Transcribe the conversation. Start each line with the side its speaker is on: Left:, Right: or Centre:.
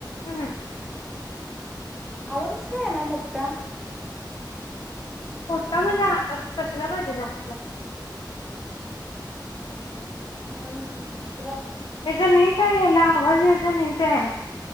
Left: हम्म
Centre: आवाज कस काय यालय मोठा?
Left: फोट का म्हणजे कशाला पाहिजे नेमक,
Centre: अससल
Left: ज नाहीच हेला आवाज येचा नाही आहे